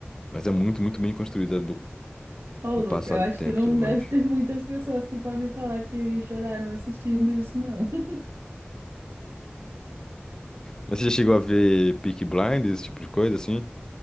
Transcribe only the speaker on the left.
Mas é muito, muito bem construída
com
o passar
do
tempo
e tudo mais.
Mas você já chegou a ver Peaky Blinders, esse tipo de coisa, assim?